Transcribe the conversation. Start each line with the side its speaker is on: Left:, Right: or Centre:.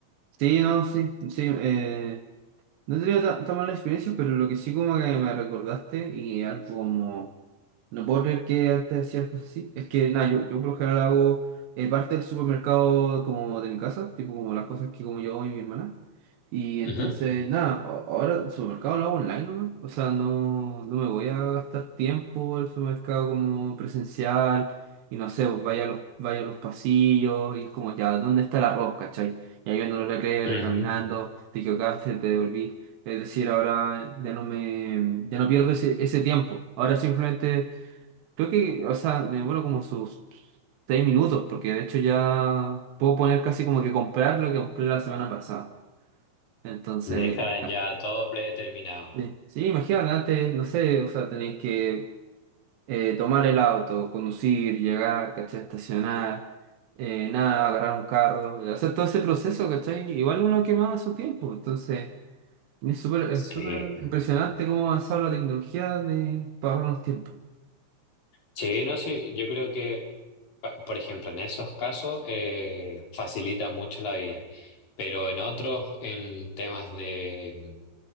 Right: Sí, no, sí, sí. eh, no he tenido ta- tan mala experiencia, pero lo que sí como que me recordaste y algo como No puedo creer que antes hacía cosas así. Es que nada, yo, yo por lo general hago eh, parte del supermercado como de mi casa, tipo como las cosas que como yo hago y mi hermana. Y entonces,
Left: Ujú,
Right: nada, a- ahora el supermercado lo hago online nomás. O sea, no, no me voy a gastar tiempo el supermercado como presencial. Y no sé, pues vaya a los, vaya a los pasillos y es como ya, ¿dónde está el arroz, cachai? Y ahí viendo los letreros
Left: ujú.
Right: y caminando, te equivocaste, te devolví. Es decir, ahora ya no me, ya no pierdo ese, ese tiempo. Ahora simplemente Creo que, o sea, me demoro como sus seis minutos, porque de hecho ya puedo poner casi como que comprar lo que compré la semana pasada. Entonces,
Left: Dejan
Right: ca-
Left: ya todo predeterminado.
Right: eh, sí, imagínate, antes, no sé, o sea, tenéis que eh, tomar el auto, conducir, llegar, ¿cachai? Estacionar, eh, nada, agarrar un carro, o sea, todo ese proceso, ¿cachai? Igual uno quemaba su tiempo, entonces es súper es
Left: Sí.
Right: súper impresionante cómo ha avanzado la tecnología de para ahorrarnos tiempo.
Left: Sí, no sé, yo creo que, pa- por ejemplo, en esos casos eh, facilita mucho la vida, pero en otros, en temas de